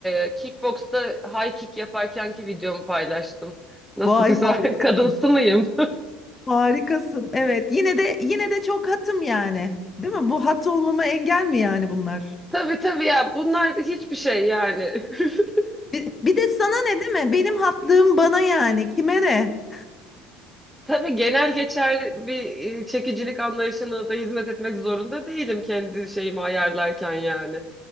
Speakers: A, in the centre; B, on the left (about 25°).
A: e, kickboxta high kick yaparkenki videomu paylaştım. Nasıl
B: Vay
A: güzel
B: harikasın.
A: <laughs> kadınsı mıyım?
B: Harikasın. Evet. Yine de yine de çok hatım yani. Değil mi? Bu hat olmama engel mi yani bunlar?
A: <laughs> Tabii tabii ya bunlar hiçbir şey yani. <laughs>
B: Bir, bir de sana ne değil mi? Benim hatlığım bana yani. Kime ne?
A: Tabii genel geçerli bir e, çekicilik anlayışına da hizmet etmek zorunda değilim kendi şeyimi ayarlarken yani.